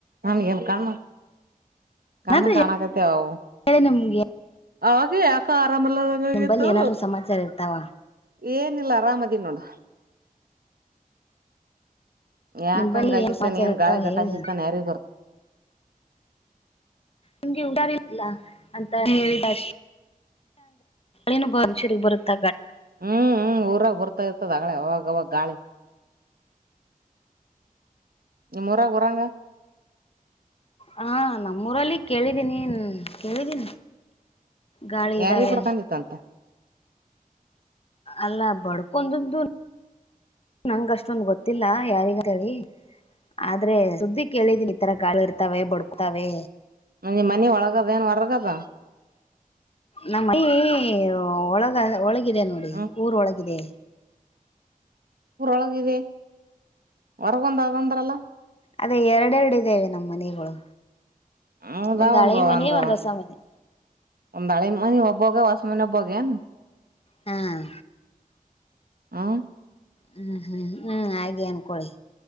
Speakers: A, on the right (about 85°); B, on the left (about 40°).
A: ನನ್ಗೇನ್ ಕಣ್ಣ್ ಕಣ್ಣ್
B: ಏನಾದ್ರೂ
A: ಕಾಣಕತ್ತ ಆವು
B: ಹೇಳಿ ನಿಮ್ಗೆ
A: ಅವಾಗೆ ಅಕ ಆರಾಮಲ್ಲದಂಗಾಗೆತ್ತು.
B: ನಿಂಬಲ್ಲಿ ಏನಾದ್ರು ಸಮಾಚಾರ ಇರ್ತಾವ
A: ಏನಿಲ್ಲ ಅರಾಮದೀನ್ ನೋಡ. ಯಾಕಂಗ
B: ನಿಂಬಲ್ಲಿ
A: ಆಗತ್ತನ್
B: ಸಮಾಚಾರ
A: ಏನ್
B: ಇರ್ತಾವ
A: ಗಾಳಿ ಗಟಾಚಿತ್ತನ್
B: ಹೇಳಿ
A: ಯಾರಿಗ್ ಬರ್
B: ನಿಮ್ಗೆ ಊಶಾರಿಲ್ಲ ಅಂತ ಹೇಳಿದಶ್ ಏನು <unintelligible> ಬರುತ್ತ
A: ಹ್ಮ್-ಹ್ಮ್ ಊರಾಗ ಬರ್ತಾ ಇರ್ತದ ಅಗಳೆ ಅವಾಗವಾಗ ಗಾಳಿ. ನಿಮ್ ಊರಾಗ್ ಉರಂಗ
B: ಹಾ ನಮ್ಮೂರಲ್ಲಿ ಕೇಳಿದೀನಿ ಕೇಳಿದೀನಿ. ಗಾಳಿ
A: ಯಾರಿಗ್
B: ಇದ್ದಾವೆ
A: ಬಡ್ಕೊಂದಿತ್ ಅಂತ.
B: ಅಲ್ಲಾ ಬಡ್ಕೊಂದದ್ದು ನಂಗ ಅಷ್ಟೊಂದು ಗೊತ್ತಿಲ್ಲ ಯಾರಿಗಂತ ಹೇಳಿ ಆದ್ರೆ ಸುದ್ದಿ ಕೇಳಿದಿನಿ ಈ ತರ ಗಾಳಿ ಇರ್ತಾವೆ ಬಡಕ್ತಾವೆ.
A: ನಿಮ್ದ್ ಮನಿ ಒಳಗದ ಏನ್ ವರ್ಗದಾ
B: ನಮ್ಮಮನಿ ಒಳಗ ಒಳಗಿದೆ ನೋಡಿ
A: ಹ್ಮ್
B: ಊರ್ ಒಳಗಿದೆ
A: ಊರೊಳಗಿದೆ ಹೊರಗೊಂದ ಅಂದ್ರಲ್ಲ
B: ಅದೇ ಎರಡೆರಡು ಇದೆ ನಮ್ ಮನೆಗಳು
A: ಹ್ಮದ
B: ಒಂದ್ ಹಳೆ
A: ಒಂದು
B: ಮನೆ
A: ಒಂದು
B: ಒಂದ್ ಹೊಸ ಮನೆ
A: ಒಂದು ಅಳಿ ಮನಿ ಒಬ್ಬಗ್ ಹೊಸ್ ಮನಿ ಒಬ್ಬಗ್ ಏನ್
B: ಹ್ಮ
A: ಹು
B: ಹ್ಮ್ ಹ್ಮ್ ಹ್ಮ್ ಹಾಗೆ ಅನ್ಕೊಳ್ಳಿ